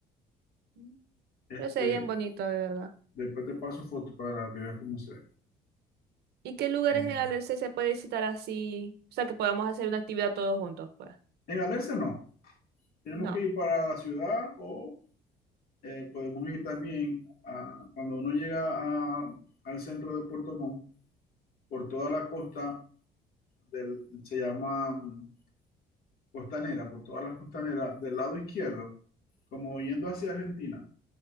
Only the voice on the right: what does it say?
Ujú.
Pero sería bien bonito, de verdad.
¿Y qué lugares
en Alerce se puede visitar así? O sea, que podamos hacer una actividad todos juntos, pues.
No.